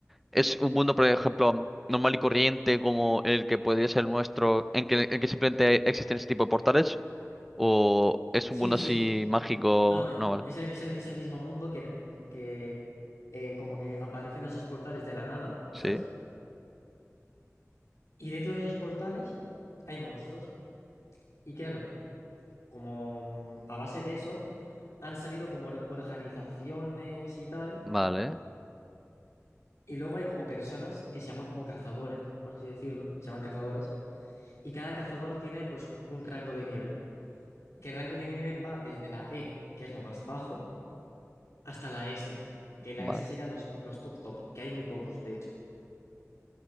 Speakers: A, in the centre; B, on the left.
A: es un mundo, por ejemplo, normal y corriente como el que podría ser el nuestro, en que, en que simplemente existen ese tipo de portales, o es
B: sí,
A: un mundo
B: sí.
A: así mágico,
B: No, no,
A: no, vale.
B: es el, es el- es el mismo mundo que, que eh, como que aparecen esos portales de la nada,
A: Sí.
B: ¿sabes? Y dentro de esos portales hay monstruos. Y claro, como mm, a base de eso han salido como or- organizaciones y tal.
A: Vale,
B: Y luego hay como personas que se llaman como cazadores, por así decirlo, se llaman cazadores, Y cada cazador tiene pues un rango de nivel, que el rango de nivel va desde la E, que es lo más bajo, hasta la S, que la
A: vale.
B: S serían los, los top top, que hay muy pocos, de hecho.